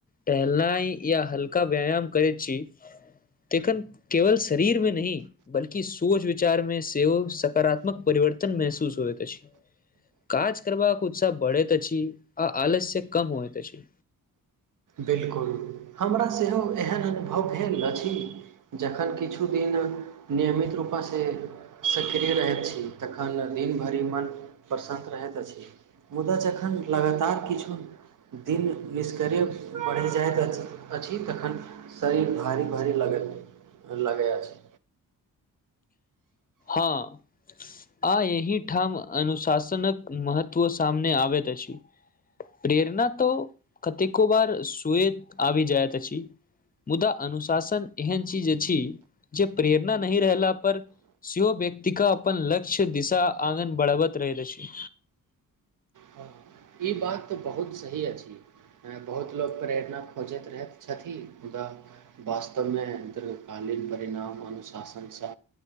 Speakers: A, on the left; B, on the right.
A: टहलनाय या हल्का व्यायाम करै छी, तखन केवल शरीर मे नहि बल्कि सोच विचार मे सेहो सकारात्मक परिवर्तन महसूस होयत अछि, काज करबाक उत्साह बढ़ै त अछि अ आलस कम होएत अछि।
B: बिलकुल हमरा सेहो एहन अनुभव भेल अछि। जखन किछु दिन नियमित रू प से सक्रिय रहैत छी तखन दिन भरि मन प्रसन्नत रहैत अछि, मुदा जखन लगातार किछु दिन निष्क्रयव बढ़ि जाएत अछि, अछि तखन शरीर भारी-भारी लगै लगै अछि।
A: हाँ आ इहीठाम अनुशासनक महत्व सामने आबैत अछि, प्रेरणा तो कतेको बार सुएत आबै जाएत अछि, मुदा अनुशासन एहन चीज अछि जे प्रेरणा नहि रहला पर श्यो व्यक्ति के अपन लक्ष्य, दिशा आगन बढ़वत रहैत अछि।
B: हँ, ई बात बहुत सही अछि बहुत लोक प्रेरणा खोजैत रहैत छथिन, मुदा वास्तव मे दीर्घकालीन परिणाम अनुशासन से